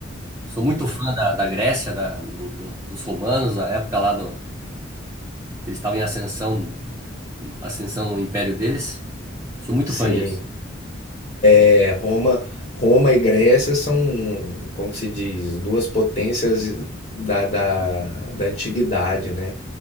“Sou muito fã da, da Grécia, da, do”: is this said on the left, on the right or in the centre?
Right